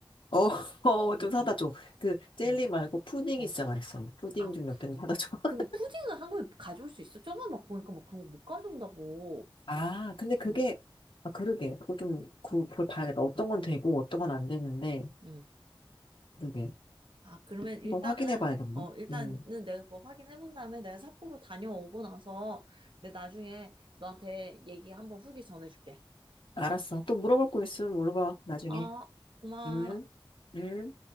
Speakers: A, on the left; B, on the right.
A: 어, <laughs> 어,
B: 응,
A: 좀 사다
B: 응,
A: 줘. 그, 젤리
B: 응.
A: 말고 푸딩이
B: 어,
A: 진짜 맛있어. 푸딩
B: 아,
A: 좀 몇
B: 푸딩?
A: 개는 사다 줘. <laughs>
B: 근데 푸딩은 한국에 가져올 수 있어? 저번에 막 보니까 막 그런 거 못 가져온다고.
A: 아, 근데 그게,
B: 어,
A: 아, 그러게. 그거 좀, 그,
B: 어,
A: 그걸 봐야겠다. 어떤 건 되고, 어떤 건 안 되는데,
B: 음.
A: 그러게.
B: 아, 그러면 일단은,
A: 한번 확인해 봐야겠네.
B: 어, 일단은
A: 응.
B: 내가 그거 확인해 본 다음에 내가 삿포로 다녀오고 나서 내 나중에 너한테 얘기 한번 후기 전해줄게.
A: 알았어. 또 물어볼 거 있으면 물어봐, 나중에.
B: 어, 고마워.
A: 응? 응?